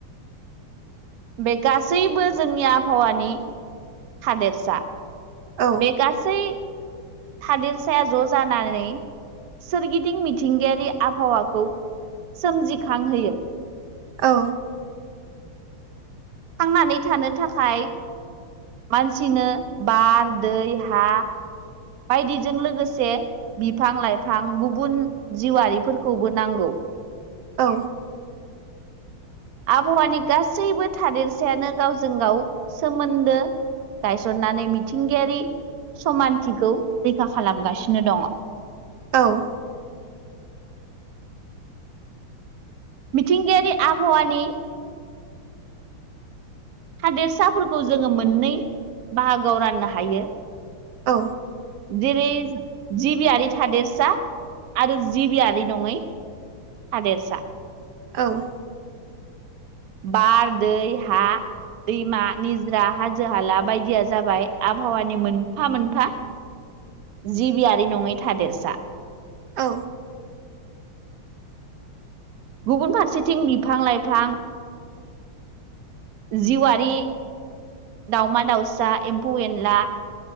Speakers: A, on the right (about 75°); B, on the right (about 65°).
A: बे गासैबो जोंनि आबहावानि हादेरसा
B: औ
A: बे गासै गासै थादेरसाया ज' जानानै सोरगिदिं मिथिंगायारि आबहावाखौ सोमजिखांहोयो।
B: औ।
A: थांनानै थानो थाखाय मानसिनो बार, दै, हा बायदिजों लोगोसे बिफां लाइफां गुबुन जिउआारिफोरखौबो नांगौ
B: औ
A: आबहावानि गासैबो थादेरसायानो गावजों गाव सोमोन्दो गायसननानै मिथिंगायारि समानथिखौ रैखा खालामगासिनो दङ
B: औ
A: मिथिंगायारि आबहावानि हादेरसाफोरखौ जोङो मोननै बाहागोआव राननो हायो
B: औ
A: जेरै- जिबियारि थादेरसा आरो जिबियारि नङै आदेरसा
B: औ
A: बार, दै, हा दैमा, निजरा हाजो हाला बायदिया जाबाय आबहावानि मोनफा मोनफा जिबियारि नङै थादेरसा
B: औ
A: गुबुन फारसेथिं बिफां लाइफां जिउआारि दाउमा -दाउसा, एम्फौ -एनला